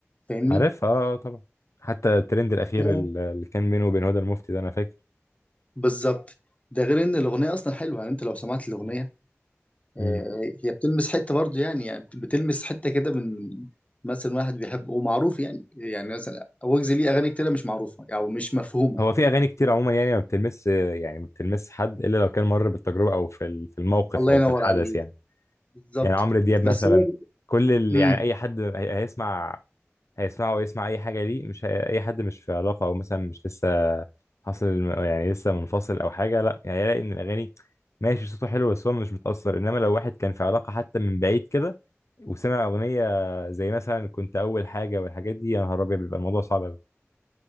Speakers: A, on the left (about 30°); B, on the left (about 80°).
A: فاهمني
B: عارفها اه آه، طبعا حتى الترند الاخير
A: ده
B: ال- اللي كان بينه وبين هدى المفتي ده انا فاكر
A: بالظبط ده غير ان الاغنيه اصلا حلوه يعني انت لو سمعت الاغنيه آه،
B: مم.
A: هي بتلمس حته برضو يعني يعني بتلمس حته كده من مثلا واحد بيحب ومعروف يعني يعني مثلا ويجز ليه اغاني كتيره مش معروفه او يعني مش مفهومه
B: هو في اغاني كتير عموما يعني ما بتلمس يعني ما بتلمس حد الا لو كان مر بالتجربه او في ال- في الموقف
A: الله
B: او
A: ينور
B: في الحدث
A: عليك
B: يعني
A: بالظبط
B: يعني عمرو دياب
A: بس
B: مثلا
A: هو
B: كل ال...
A: امم
B: يعني اي حد هي- هيسمع هيسمعه ويسمع اي حاجه ليه مش هي... اي حد مش في علاقه او مثلا مش لسه حاصل الم- يعني لسه منفصل او حاجه لا يعني هيلاقي ان الاغاني ماشي صوته حلو بس هو مش متاثر انما لو واحد كان في علاقه حتى من بعيد كده وسمع اغنيه زي مثلا كنت اول حاجه والحاجات دي يا نهار ابيض بيبقى الموضوع صعب قوي